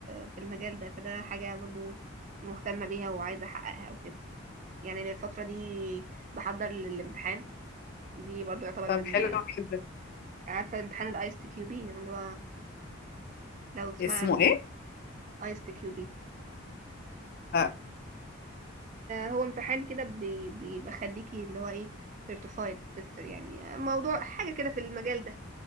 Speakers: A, on the right (about 35°); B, on the left (about 45°).
A: في المجال ده فده حاجة برضو مهتمة بيها وعايزة أحققها وكده يعني للفترة دي بحضر للامتحان دي برضو يعتبر
B: طب
A: من
B: حلو جدا
A: عارفة امتحان الايس تي كيو بي اللي هو لو تسمع
B: اسمه
A: عنه يعني
B: ايه
A: ايس تي كيو بي
B: اه
A: هو امتحان كده بي- بيبقى خليكي اللي هو ايه سيرتيفايد تيستر يعني موضوع حاجة كده في المجال ده